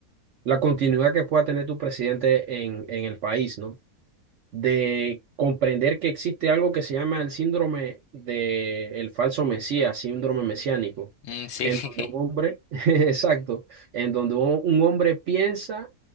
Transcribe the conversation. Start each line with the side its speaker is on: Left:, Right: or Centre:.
Right: la continuidad que pueda tener tu presidente en, en el país, ¿no? de comprender que existe algo que se llama el síndrome de el falso mesías, síndrome mesiánico,
Left: mm, sí.
Right: en
Left: <laughs>
Right: donde un hombre, <laughs> exacto, en donde un, un hombre piensa